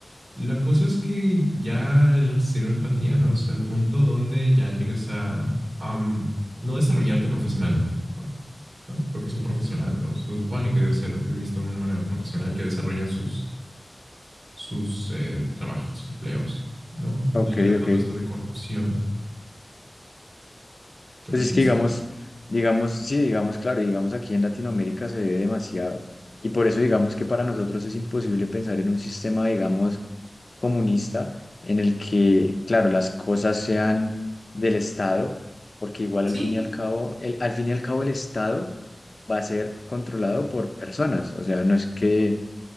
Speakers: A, on the right; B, on the left.
A: La cosa es que ya la cero empatía, ¿no? O sea, el punto donde ya llegas a, a, mm, no desarrollarte profesionalmente, ponte, ¿no? Porque es un profesional, o se supone que debe ser visto de una manera profesional que desarrollan sus, sus eh, trabajos, empleos, ¿no? No
B: ok,
A: llega tanto
B: ok.
A: a esto de corrupción, pero
B: Pues
A: existe.
B: es que digamos, digamos, sí, digamos, claro, digamos aquí en Latinoamérica se ve demasiado y por eso digamos que para nosotros es imposible pensar en un sistema, digamos, comunista en el que, claro, las cosas sean del Estado, porque igual
A: Sí,
B: al fin y al cabo, el, al fin y al cabo el Estado va a ser controlado por personas, o sea, no es que